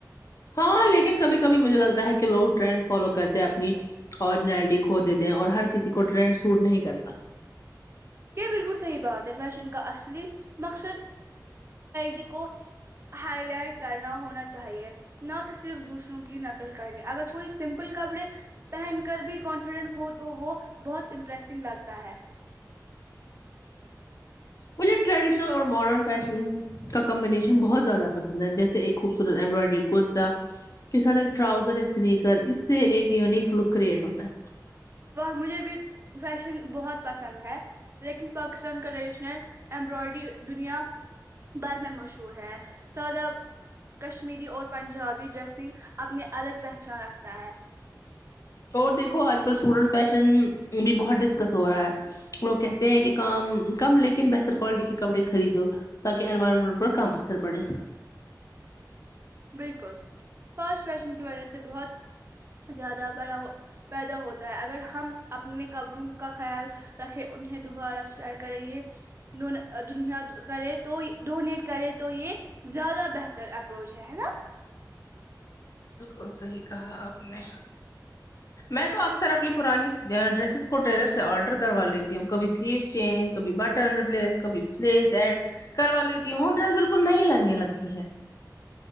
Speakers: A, on the left; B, on the right.
A: ہاں لیکن کبھی کبھی مجھے لگتا ہے کی لوگ ٹرینڈ فالو کرتے ہیں اپنی اور نلڈی کھو دیتے ہیں اور ہر کسی کو ٹرینڈ سوٹ نہیں کرتا
B: یے بالکل صحیح بات ہے فیشن کا اصلی مقصد ٹی کو ہائی لائٹ کرنا ہونا چاہ چاہیے نہ کی صرف دوسروں کی نقل کرنی اگر کوئی سمپل کپڑے پہن کر بھی کانفیڈنٹ ہو تو وہ بہت امپریسنگ لگتا ہے
A: مجھے ٹریڈیشنل اور ماڈرن فیشن کا کمبینیشن بہت زیادہ پسند ہے جیسے ایک خوبصورت امبرائڈری کرتا کے ساتھ ایک ٹراؤزر یا سنییکر اس سے ایک یونیک لوک کریئٹ ہوتا ہے
B: وہ مجھے بھی فیشن بہت پسند ہے لکین پاکستان کا ٹریڈیشنل ایمبرائڈری دنیا بر میں مشہور ہے سود ا کشمیری اور پنجابی ڈریسنگ اپنی الگ پہچان رکھتا ہے
A: اور دیکھو آج کل اسٹوڈینٹ فیشن بھی بہت ڈسکس ہو رہا ہے لوگ کہتے ہیں کی کام کم لیکن بہتر کوالٹی کے کپڑے خریدو تاکے انوائرمنٹ پر کم اثر پڑے
B: بالکل فرسٹ فیشن کی وجے سے بہت زیادہ بڑا ہو پیدا ہوتا ہے اگر ہم اپنے قبروں کا خیال رکھے انہیں دوبارہ سٹائل کرے یے دنیا کرے تو ڈونیٹ کرے تو یے زیادہ بہتر اپروچ ہے ہے نا
A: بالکل صحیح کہا آپ نے
B: <inaudible>
A: میں تو اکثر اپنی پرانی ڈریسز کو ٹیلر سے اولٹرل کروا لیتی ہوں کبی اس لیے چینج کبھی بٹن ریپلیس کبھی فلیس ایڈ کروا لیتی ہے ہوں ڈریس بالکل نئی لگنے لگتی ہے